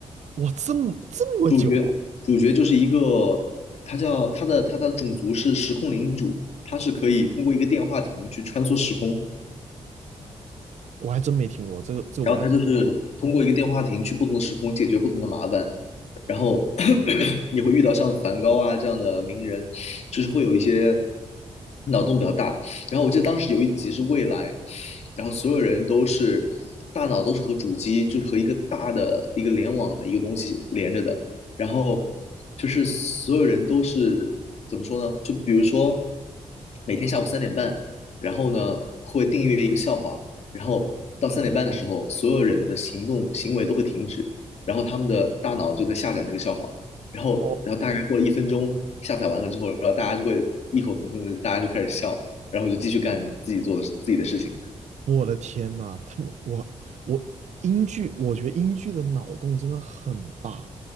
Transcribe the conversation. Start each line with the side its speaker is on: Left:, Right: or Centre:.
Right: 哇，这么这么久啊，
Left: 主角主角就是一个，他叫他的他的种族是时空领主，他是可以通过一个电话亭去穿梭时空，
Right: 我还真没听过这个，这个我还真没听过。
Left: 然后他就是通过一个电话亭去不同的时空解决不同的麻烦。然后 <clears throat> 你会遇到像梵高啊这样的名人，就是会有一些脑洞比较大。然后我记得当时有一集是未来，然后所有人都是大脑都是和主机，就是和一个大的一个联网的一个东西连着的。然后就是所有人都是怎么说呢？就比如说每天下午三点半，然后呢会订阅一个笑话，然后到三点半的时候，所有人的行动行为都会停止，然后他们的大脑就在下载那个笑话，然后然后大概过了一分钟，
Right: 哦，
Left: 下载完了之后，然后大家就会异口同声的，大家就开始笑，然后就继续干自己做的自己的事情。
Right: 我的天呐，他们我我英剧，我觉得英剧的脑洞真的很大，